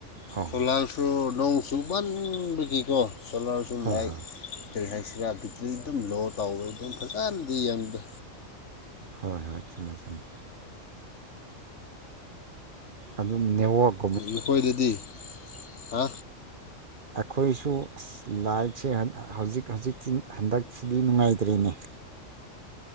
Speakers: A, on the right; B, on the left.
A: ꯑꯧ
B: ꯁꯣꯂꯥꯔꯁꯨ ꯑꯗꯨꯝ ꯆꯨꯃꯟꯕꯒꯤꯀꯣ ꯁꯣꯂꯥꯔꯁꯄ
A: ꯍꯣꯏ
B: ꯂꯥꯏꯠ
A: ꯍꯣꯏ
B: ꯀꯔꯤ ꯍꯥꯏꯁꯤꯔꯥ ꯕꯦꯇ꯭ꯔꯤ ꯑꯗꯨꯝ ꯂꯣ ꯇꯧꯕ ꯑꯗꯨꯝ ꯐꯥꯖꯅꯗꯤ ꯌꯦꯡꯗ
A: ꯍꯣꯏ ꯍꯣꯏ ꯆꯨꯝꯃꯦ ꯆꯨꯝꯃꯦ ꯑꯗꯨ ꯅꯦꯠꯋꯥꯔꯛ
B: ꯅꯈꯣꯏꯗꯗꯤ ꯍꯥ
A: ꯑꯩꯈꯣꯏꯁꯨ ꯑꯁ ꯂꯥꯏꯇꯁꯦ ꯍꯧꯖꯤꯛ ꯍꯧꯖꯤꯛꯇꯤ ꯍꯟꯗꯛꯁꯤꯗꯤ ꯅꯨꯡꯉꯥꯏꯇ꯭ꯔꯦꯅꯦ